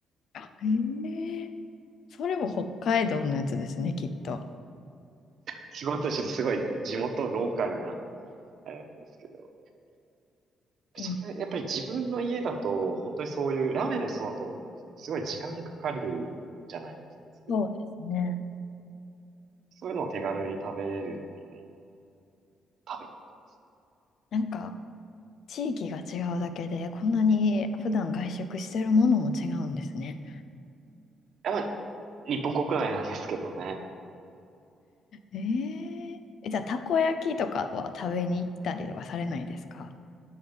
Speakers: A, on the left; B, on the right.
A: あへえ。それも北海道のやつですね、きっと。
B: 仕事はちょっとすごい地元ローカルな、あれなんですけど。
A: いい
B: それ、やっぱり自分の家だと、本当にそういう、ラーメンもそうだと思うんですけど、すごい時間かかるじゃないですか、作る。
A: そうですね。
B: そういうのを手軽に食べれるっていう食べに行ってます。
A: なんか、地域が違うだけで、こんなに普段外食してるものも違うんですね。
B: やっぱ、日本国内なんですけどね。
A: えー、え、じゃあ、たこ焼きとかは食べに行ったりとかされないですか